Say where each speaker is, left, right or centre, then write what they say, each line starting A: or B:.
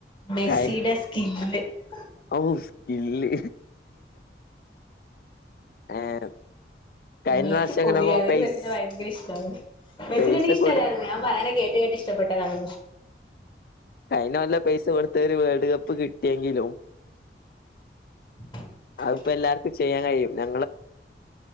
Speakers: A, on the left (about 25°); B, on the left (about 55°).
A: മെസ്സിയുടെ
B: കൈ
A: സ്കില്ല് ആ <inaudible>
B: ഔ സ്കില്ല് ഏഹ് കഴിഞ്ഞ
A: മെസ്സി
B: പ്രാവശ്യം
A: പൊളിയാ
B: എങ്ങനൊക്കോ പൈസ്
A: എന്ക്ക് മെസ്സിനെ ഭയങ്കര ഇഷ്ടാണ് മെസിനെ
B: പൈസ
A: എനിക്ക് ഇഷ്ടല്ലായിരുന്നു
B: കൊടു
A: ഞാൻ പറയണ കേട്ട് കേട്ട് ഇഷ്ടപ്പെട്ടതാണ്
B: കൈയന കൊല്ല പെയ്സ കൊട് ത്തരു വേൾഡ് കപ്പ് കിട്ടിയെങ്കിലും
A: <inaudible>
B: അത്പ്പല്ലാർക്കും ചെയ്യാൻ കഴിയും ഞ